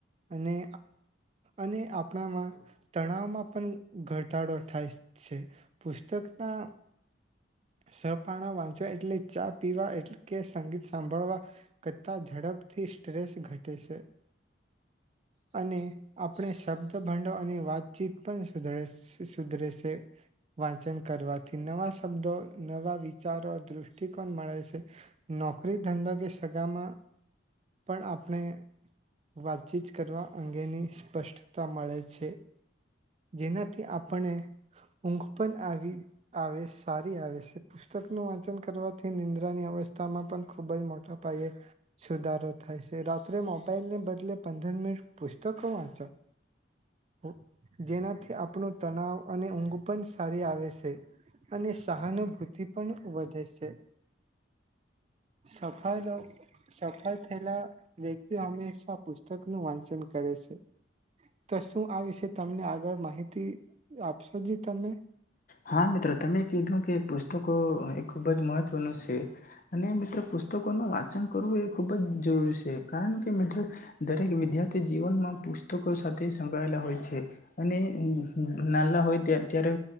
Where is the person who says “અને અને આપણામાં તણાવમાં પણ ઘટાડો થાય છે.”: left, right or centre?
Right